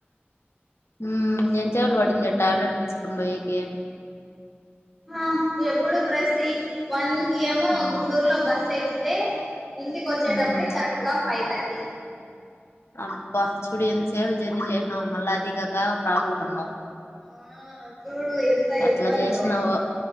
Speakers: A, on the left (about 85°); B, in the centre.
A: మ్ ఎంచేవాలు పడింది టాబ్లెట్ తీసుకొని పోయే కి
B: ఆ ఎప్పుడు ప్రసి వన్కి ఏమో
A: మ్మ్
B: గూడూరులో బస్ ఎక్కితే ఇంటికి వచ్చేటప్పుటికి
A: మ్మ్
B: కరెక్ట్ గా ఫైవ్ థర్టీ.
A: అబ్బా చూడి అని ఎంతసేపు జెర్నీ చేసినావో, మళ్ళీ అదికాక ప్రాబ్లం అన్నావ్.
B: ఆ చూడు ఎంత
A: ఎట్లా
B: ఇబ్బందో.
A: చేసినావో